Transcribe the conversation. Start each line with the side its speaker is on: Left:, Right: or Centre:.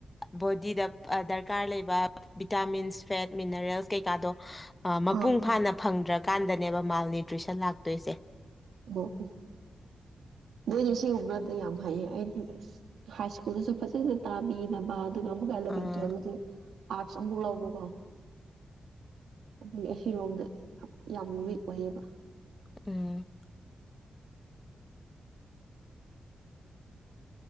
Left: ꯕꯣꯗꯤꯗ ꯗꯔꯀꯥꯔ ꯂꯩꯕ ꯚꯤꯇꯥꯃꯤꯟꯁ ꯐꯦꯠ ꯃꯤꯅꯔꯦꯜꯁ ꯀꯩꯀꯥꯗꯣ ꯃꯄꯨꯡ
Right: ꯑꯥ
Left: ꯐꯥꯅ ꯐꯪꯗ꯭ꯔꯀꯥꯟꯗꯅꯦꯕ ꯃꯥꯜꯅ꯭ꯌꯨꯇ꯭ꯔꯤꯁꯟ ꯂꯥꯛꯇꯣꯏꯁꯦ
Right: ꯑꯣ ꯍꯣ ꯅꯣꯏꯗꯤ ꯁꯤ ꯎꯕꯗ ꯌꯥꯝ ꯐꯩꯌꯦ ꯑꯩ ꯍꯥꯏ ꯁ꯭ꯀꯨꯜꯗꯁꯨ ꯐꯖꯅ ꯇꯥꯕꯤꯅꯕ ꯑꯗꯨꯒ ꯑꯃꯨꯛꯀ
Left: ꯑꯥ
Right: ꯑꯦꯂꯚꯦꯟ ꯇꯨꯋꯦꯜꯇꯁꯨ ꯑꯥꯠꯁ ꯑꯃꯃꯨꯛ ꯂꯧꯕ ꯀꯣ ꯑꯗꯨꯗꯤ ꯑꯁꯤꯔꯣꯝꯗ ꯌꯥꯝ ꯌꯥꯝ ꯋꯤꯛ ꯑꯣꯏꯌꯦꯕ
Left: ꯎꯝ